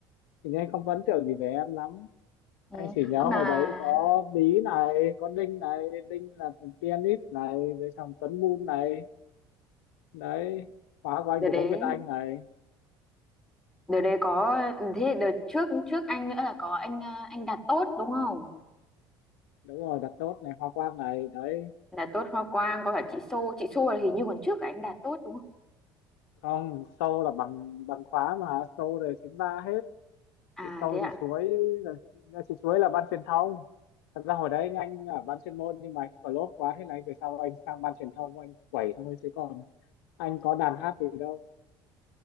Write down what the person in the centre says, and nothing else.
ừ.
hôm
là
đợt
đấy
đợt đấy có thế đợt trước trước anh nữa là có anh ờ, anh Đạt Tốt đúng không
Đạt Tốt Hoa Quang có cả chị Xô chị Xô là hình như còn trước cả anh Đạt Tốt đúng không
à
thế ạ